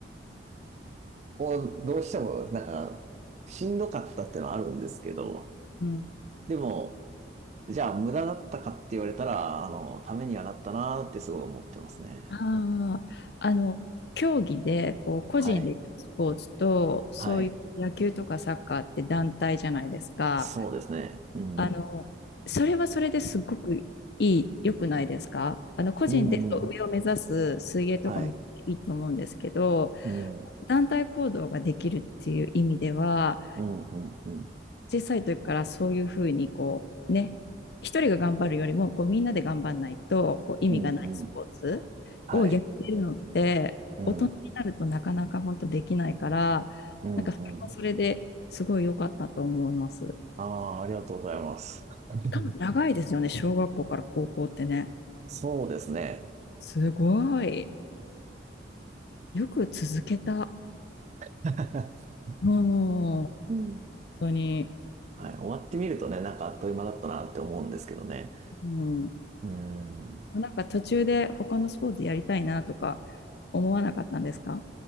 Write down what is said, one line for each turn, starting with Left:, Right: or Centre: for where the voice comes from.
Right: をどうしても、なんか、しんどかったってのはあるんですけど、
Left: うん
Right: でも、じゃあ無駄だったかって言われたら、あの、ためにはなったなーってすごい思ってますね。
Left: ああ、あの、競技で、こう、個人でやるスポーツと、
Right: はい。
Left: そういう野球とかサッカーって団体じゃないですか。
Right: はい。そうですね。うん。
Left: あの、それはそれですごくいい、良くないですかあの、個人で上を目指す水泳とかもいいと思うんですけど、
Right: うんうん。はい。うん。
Left: 団体行動ができるっていう意味では、
Right: うんうんうん。
Left: 小さい時からそういうふうにこうね、一人が頑張るよりもこうみんなで頑張んないとこう意味がないスポーツをやってるのって大人になるとなかなか本当できないから、
Right: うんうん。はい。うん。うんうん。
Left: なんかそれはそれですごい良かったと思います。
Right: ああ、ありがとうございます。<laughs>
Left: しかも長いですよね、小学校から高校ってね。
Right: そうですね。
Left: すごい。よく続けた。
Right: <laughs>
Left: うん、本
Right: うん。
Left: 当に。
Right: はい。終わってみるとね、なんかあっという間だったなって思うんですけどね。
Left: うん。
Right: うん。
Left: なんか途中で他のスポーツやりたいなとか思わなかったんですか